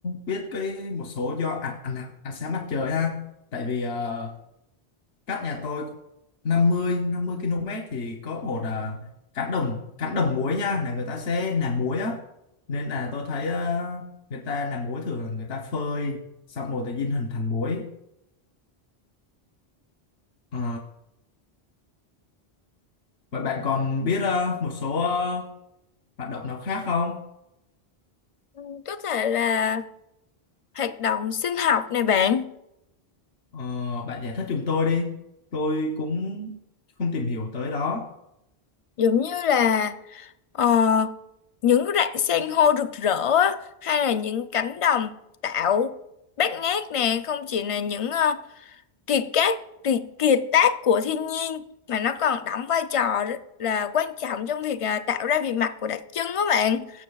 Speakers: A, on the left (about 85°); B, on the left (about 50°).
A: biết cái một số do ăn ăn ăn sáng mặt trời ha tại vì ờ, cách nhà tôi 50 50 km thì có một uh, cánh đồng cánh đồng muối nha là người ta sẽ làm muối á nên là tôi thấy ờ, người ta làm muối thường là người ta phơi xong rồi tự nhiên hình thành muối Ờ, vậy bạn còn biết ờ, một số ờ, hoạt động nào khác không
B: Ừ, có thể là hoạt động sinh học này bạn
A: Ờ, bạn giải thích giùm tôi đi tôi cũng không tìm hiểu tới đó
B: giống như là ờ, những rạn san hô rực rỡ á, hay là những cánh đồng tạo bát ngát nè không chỉ là những ờ, kiệt tác kiệt, kiệt tác của thiên nhiên mà nó còn đóng vai trò rất là quan trọng trong việc à, tạo ra vị mặt của đặc trưng đó bạn